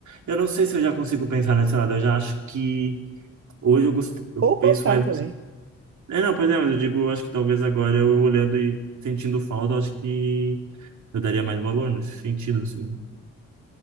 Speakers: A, on the right; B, on the right.
A: Eu não sei se eu já consigo pensar nesse lado. Eu já acho que hoje eu, gost... eu
B: Ou o contrário
A: penso mais.
B: também.
A: assim. É, não, pois é, mas eu digo, eu acho que talvez agora eu olhando e sentindo falta, eu acho que eu daria mais valor nesse sentido, assim.